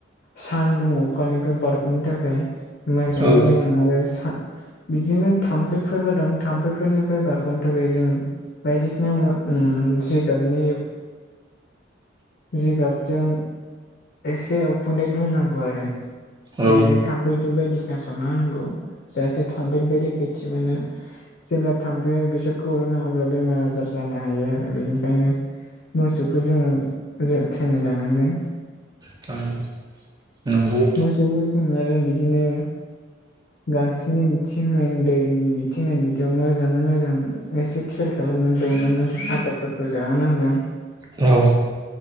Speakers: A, on the left; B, on the right.
A: सानदुं अखानिफ्राय बारग'नो थाखाय मोजाङै
B: औ
A: मोजां आरो बिदिनो थाम्फैफोरबो दं थाम्फैफोरनिफ्राय बारग'नो थाखाय जों बायदिसिना उम जिगाबनि जिगाबजों एसे उखुन्दै दुंनांगौ आरो
B: औ
A: बिदिनो थामफै धुप बायदिसिना सावना होनांगौ जाहाथे थामफैनिफाय रैखाैथि मोनो जेब्ला थामफै बेसोरखौ अरोनो अब्ला बेमार आजार जानो हायो आरो बेनिखायनो मोसौखौ जोङो जोथोनै लानांगोन
B: <unintelligible> नंगौ
A: मोसौखौ आरो बिदिनो गांसोनि बि थिं होन दैनि बिथिं होन बिदियाव मोजाङै मोजां एसे खेल खालामनानै दौनांगोन आदार फोरखौ जाहोनांगोन
B: औ